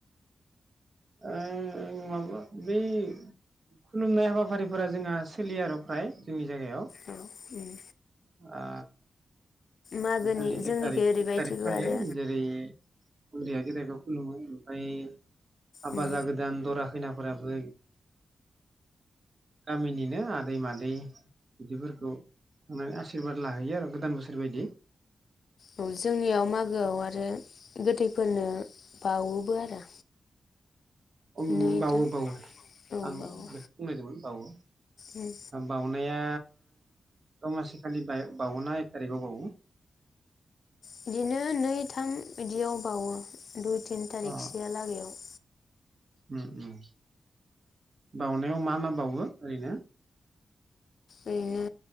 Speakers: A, on the right; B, on the left.
A: ओं माबा बै खुलुमनाय हाबाफारिफोरा जोंहा सोलिया आरो फ्रय जोंनि जायगाआव
B: औ उम
A: आ
B: मागोनि
A: बिखालि
B: जोंनिखै
A: एक थारिख
B: ओरैबायदिबो
A: एक थारिख खालि
B: आरो
A: जेरै उन्दैया गेदेरखौ खुलुमो ओमफाय हाबा
B: उम
A: जागोदान दरा खैनाफोराबो गामिनिनो आदै मादै बिदिफोरखौ थांनानै आसिरबाद लाहैयो आरो गोदान बोसोर बायदि।
B: औ जोंनियाव मागोआव आरो गोथै फोरनो बावोबो आरो।
A: उम
B: नै
A: बावो
B: थाम
A: बावो
B: औ
A: आं
B: बावो
A: बेखौ बुंनायदोंमोन बावो
B: उम
A: बाउनाइया दमासि खालि बावोना एक टारिकआव बावो?
B: बिदिनो नै थाम बिदियाव बावो। दुइ तिन थारिखसोयालागैआव
A: अ उम उम बाउनायाव मा मा बावो? ओरैनो
B: ओरैनो